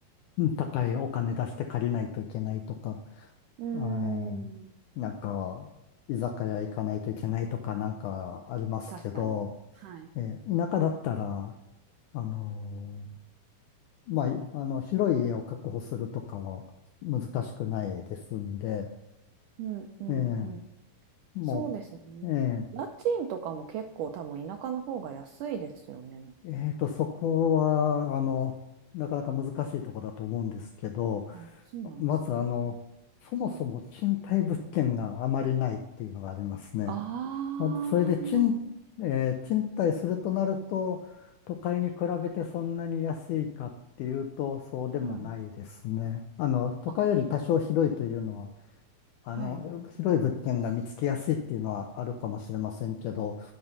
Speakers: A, on the left; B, on the right.
A: うん高いお金出して借りないといけないとか、
B: うーん。
A: はい、なんか、居酒屋行かないといけないとかなんかありますけど、
B: 確かに。はい。
A: えー田舎だったら、あのーまあ、いあの、広い家を確保するとかは難しくないですんで、
B: うんうんうん。
A: えーも
B: そうですね。
A: う、えー
B: 家賃とかも結構多分田舎の方が安いですよね。
A: えーと、そこは、あの、なかなか難しいとこだと思うんですけど、
B: あ、そうなんですね。
A: まずあの、そもそも賃貸物件があまりないっていうのがありますね。
B: ああ
A: ほんとそれで賃、えー賃貸するとなると、都会に比べてそんなに安いかっていうと、そうでもないですね。
B: はい。
A: あの、都会より多少広いというのは、
B: あ。
A: あの、
B: はい
A: 広い物件が見つけやすいっていうのはあるかもしれませんけど、